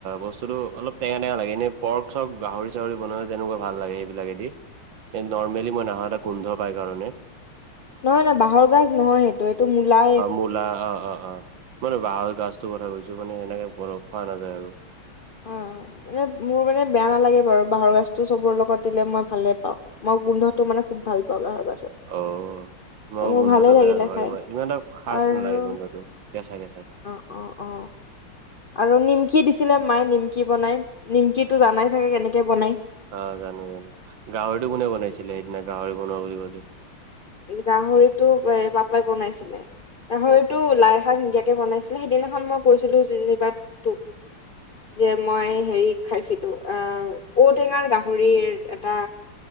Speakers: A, on the right; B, on the left.
A: বস্তুটো অলপ টেঙা টেঙা লাগে। এনেই পৰ্ক-চৰ্ক গাহৰি-চাহৰি বনালে তেনেকুৱা ভাল লাগে সেইবিলাকেদি এ নৰ্মেলি মই নাখাওঁ এটা গোন্ধ পাই কাৰণে।
B: নহয় নহয় বাঁহৰ গাজ নহয়। এইটো মূলা
A: অ মূলা অ অ অ মই বাঁহৰ গাজটোৰ কথা কৈছো মানে সেনেকে <unintelligible> খোৱা নাযায় আৰু। <inaudible>
B: অ', মানে মোৰ মানে বেয়া নালাগে বাৰু বাঁহৰ গাছটো চবৰ লগত দিলে মই ভালে পাওঁ। মই গোন্ধটো মানে খুব ভাল পাওঁ বাঁহৰ গাজৰ।
A: অ মই
B: ত' মোৰ
A: গোন্ধটো
B: ভালে লাগিলে
A: বেয়া পাওঁ,
B: খাই
A: ই ইমান এটা খাচ
B: আৰু
A: নালাগে গোন্ধটো কেঁচা কেঁচা।
B: অ অ আৰু নিমকি দিছিলে মায়ে নিমকি বনাই, নিমকি টো জানাই চাগে কেনেকে বনাই?
A: অ জানো জানো। গাহৰিটো কোনে বনাইছিলে সেইদিনা গাহৰি বনোৱা বুলি কলে?
B: গাহৰিটো পাপাই বনাইছিলে। গাহৰিতো লাই শাক নিদিয়াকে বনাইছিলে সেইদিনাখন মই গৈছিলো যেনিবা তুক। যে মই হেৰি খাইছিলো আহ ঔটেঙাৰ গাহৰিৰ এটা